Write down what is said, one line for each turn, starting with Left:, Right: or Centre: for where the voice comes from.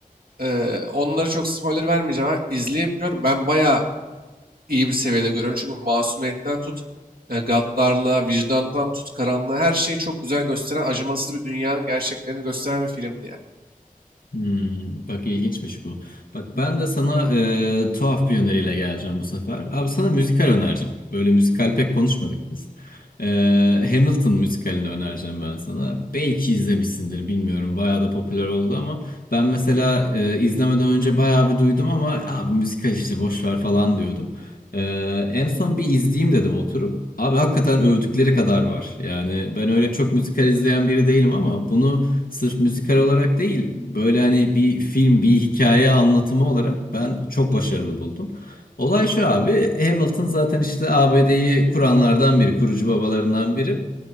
Right: Ee, onlara çok spoiler vermeyeceğim abi. İzleyip gör. Ben bayağı iyi bir seviyede görüyorum. Çünkü masumiyetten tut, e, gaddarlığa, vicdandan tut, karanlığa her şeyi çok güzel gösteren, acımasız bir dünyanın gerçeklerini gösteren bir filmdi yani.
Left: Hmm, bak ilginçmiş bu. Bak ben de sana e, tuhaf bir öneriyle geleceğim bu sefer. Abi sana müzikal önereceğim. Böyle müzikal pek konuşmadık biz. E, Hamilton müzikalini önereceğim ben sana. Belki izlemişsindir bilmiyorum. Bayağı da popüler oldu ama ben mesela e, izlemeden önce bayağı bir duydum ama abi müzikal işte boş ver falan diyordum. E, en son bir izleyeyim dedim oturup. Abi hakikaten övdükleri kadar var. Yani ben öyle çok müzikal izleyen biri değilim ama bunu sırf müzikal olarak değil böyle hani bir film bir hikaye anlatımı olarak ben çok başarılı buldum. Olay şu abi Hamilton zaten işte ABD'yi kuranlardan biri kurucu babalarından biri.